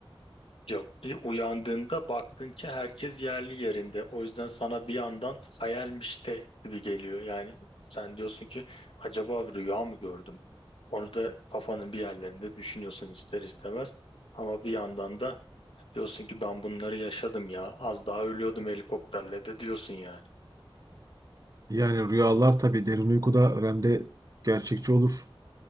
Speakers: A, on the left; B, on the right.
A: Yok, e, uyandığında baktın ki herkes yerli yerinde. O yüzden sana bir yandan hayalmiş de gibi geliyor. Yani sen diyorsun ki acaba bir rüya mı gördüm? Onu da kafanın bir yerlerinde düşünüyorsun ister istemez. Ama bir yandan da diyorsun ki ben bunları yaşadım ya. Az daha ölüyordum helikopterle de diyorsun yani.
B: Yani rüyalar tabii derin uykuda REM'de gerçekçi olur.